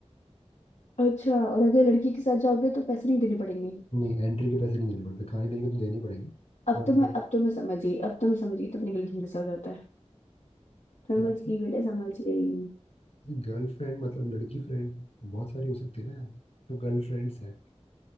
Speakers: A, on the left; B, on the left.
A: अच्छा और अगर लड़की के साथ जाओगे तो पैसे नहीं देने पड़ेंगे
B: नहीं एंट्री के पैसे नहीं देने पड़ते खाने पीने के तो देने ही पड़ेंगे
A: अब
B: बट
A: तो
B: अगर
A: मैं अब तो मैं समझ गई अब तो मैं समझ गई तो अपने गर्लफ्रेंड के साथ जाता है समझ
B: यार
A: गई बेटे समझ गई
B: गर्लफ्रेंड मतलब लड़की फ्रेंड बहुत सारी हो सकती है ना यार तो गर्लफ्रेंड्स हैं